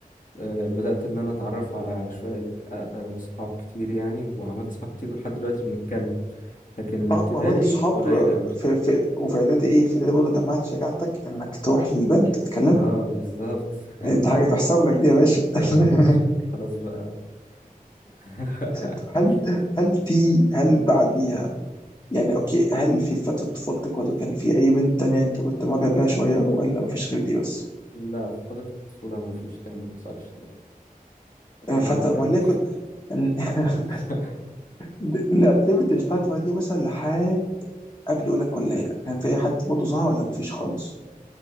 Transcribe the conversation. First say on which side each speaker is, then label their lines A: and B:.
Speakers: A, on the left (about 60°); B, on the left (about 30°).
A: آه، بدأت ان انا اتعرف على شوية آه، آه، اصحاب كتير يعني وعملت صحاب كتير ولحد دلوقتي بنتكلم لكن الابتدائي
B: اه وعملت صحاب
A: قليل قوي
B: في في وفي اعدادي ايه في اعدادي برضه جمعت شجاعتك انك تروح للبنت تتكلمها
A: اه بالظبط <laughs>
B: دي حاجه تحسب لك دي يا باشا
A: اه
B: <laughs>
A: يا باشا خلاص بقى <laughs>
B: طب هل هل في هل بعديها يعني اوكي هل في فتره طفولتك برضه كان في اي بنت تانية انت كنت معجب بيها شويه ولا مفيش غير دي بس؟
A: لا في فترة الطفولة ما فيش تاني ما حصلش تاني الحمد
B: آه، فترة
A: لله
B: وليكن
A: يعني
B: <laughs>
A: <laughs>
B: ن- نعتمد الفترة دي مثلا لحد قبل اولى كليه كان في اي حد برضه ظهر ولا مفيش خالص